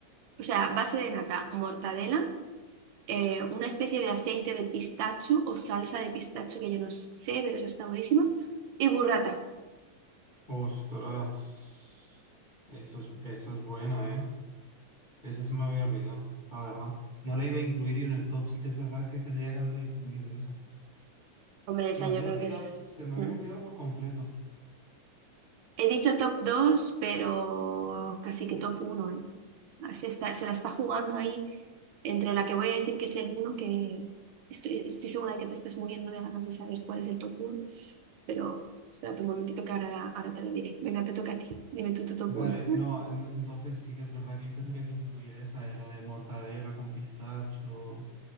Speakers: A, on the right (about 70°); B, on the left (about 35°).
A: o sea, base de nata, mortadela eh, una especie de aceite de pistacho o salsa de pistacho que yo no sé, pero eso está buenísimo. Y burrata.
B: Ostras, eso es, esa es buena, ¿eh? Esa se me había olvidado, la verdad. No la iba a incluir yo en el top, sí que es verdad que tendría que haberla incluido esa.
A: Hombre,
B: Se
A: esa
B: me había
A: yo creo
B: olvidado,
A: que es...
B: se me había
A: mm.
B: olvidado por completo.
A: He dicho top dos pero casi que top uno ¿eh? Ah, Se está, se la está jugando ahí entre la que voy a decir que es el uno que estoy, estoy segura de que te estás muriendo de ganas de saber cuál es el top uno pero espérate un momentito que ahora, ahora te lo diré. Venga, te toca a ti. Dime tú tu top
B: Vale,
A: uno
B: no, no, entonces sí que es verdad que yo tendría que incluir esa, eh, la de mortadela con pistacho